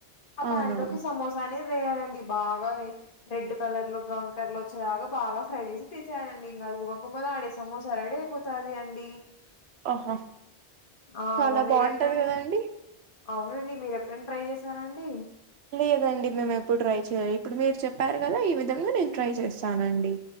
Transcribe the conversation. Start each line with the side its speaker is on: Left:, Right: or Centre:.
Left: ఆ
Right: అవునవును
Left: పాన్ లోకి సమోసానే వేయాలండి బాగా రెడ్ కలర్ లో బ్రౌన్ కలర్ లో వచ్చేలాగా బాగా ఫ్రై చేసి తీసేయనం ఇంకా గుమ్మ గుమ్మలు ఆడే సమోసా రెడీ అయిపోతుంది అండి
Right: ఆహా
Left: ఆ
Right: చాలా
Left: మీరెప్పుడైనా
Right: బాగుంటది కదండి
Left: అవునండి మీరు ఎప్పుడైనా ట్రై చేశారా అండి
Right: లేదండి మేము ఎప్పుడు ట్రై చేయలే ఇప్పుడు మీరు చెప్పారు కదా ఈ విధంగా నేను ట్రై చేస్తానండి